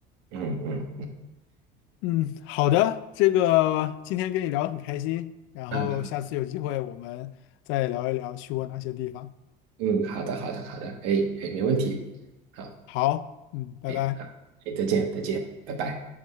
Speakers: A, on the right; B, on the left.
A: 嗯嗯，
B: 嗯，好的，这个今天跟你聊得很开心，然后下次有机会我们再聊一聊去过哪些地方。
A: 嗯嗯，好的好的好的，哎哎，没问题，好，
B: 好，嗯，拜拜。
A: 哎哎，再见再见，拜拜。